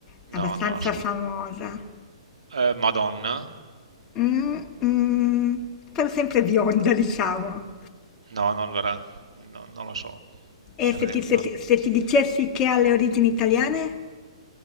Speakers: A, on the left; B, on the right.
A: è abbastanza
B: No, non la so.
A: famosa.
B: Eh, Madonna?
A: Mm, mm, però sempre bionda, diciamo.
B: No, non, verrà. No, non lo so. Mi
A: E
B: arrendo.
A: se ti, se ti- se ti dicessi che ha le origini italiane?